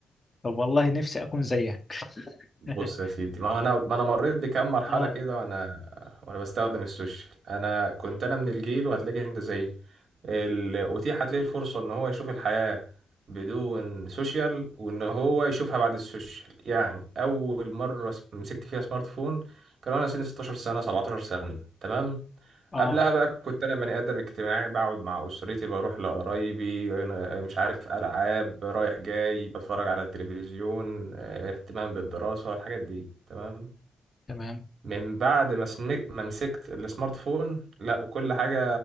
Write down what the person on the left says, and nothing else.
طب والله نفسي اكون زيك
<laughs>
اه
اه
تمام